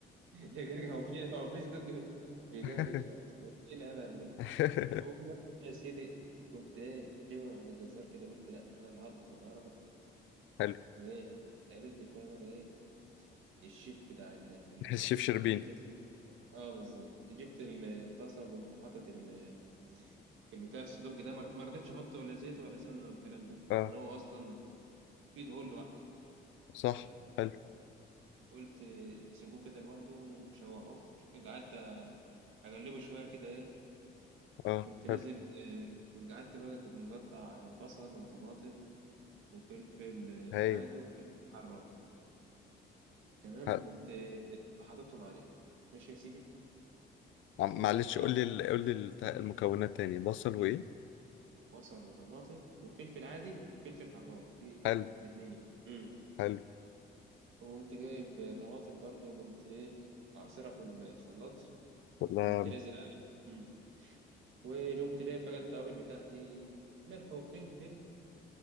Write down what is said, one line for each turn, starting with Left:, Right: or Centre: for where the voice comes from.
Right: ده جرجع هو في هو في صندوق بيجرجش
Left: <laughs>
Right: تحت اسناني ايه الهبل ده
Left: <laughs>
Right: والله يا سيدي قمت ايه جايبه من عند الجزار كده قلت لا انا اللي هطبخ النهارده
Left: حلو
Right: وايه عملت فيها بقى ايه الشيف بتاع ال- البلد
Left: الشيف شربين
Right: جبت اه بالظبط جبت الطاسه وقمت حاطط ال- البتاع السدوج ده ما ما رضيتش احط ولا زيت ولا سمنه والكلام ده
Left: اه
Right: ان هو اصلا في دهون لوحده
Left: صح
Right: آه،
Left: حلو
Right: قلت نسيبوه كده لوحده ونشوحوه قعدت اقلبه شويه كده ايه
Left: اه
Right: كنت نازل
Left: حلو
Right: آه، قعدت بقى مقطع بصل وطماطم وفلفل آه،
Left: هايل
Right: عادي وفلفل حراق تمام
Left: حلو
Right: وقمت آه، حاططهم عليه ماشي يا سيدي
Left: عم-
Right: وقمت
Left: معلش قول لي ال- قول لي الت- المكونات تاني بصل وايه
Right: بصل وطماطم وفلفل عادي وفلفل حراق في
Left: حلو
Right: الاتنين يعني. امم
Left: حلو
Right: وقمت جايب طماطم برضو وقمت ايه عصيرها في الخلاط
Left: والله
Right: وقمت نازل عليه امم وقمت جايب بقى التوابل بتاعتي ملح وفلفل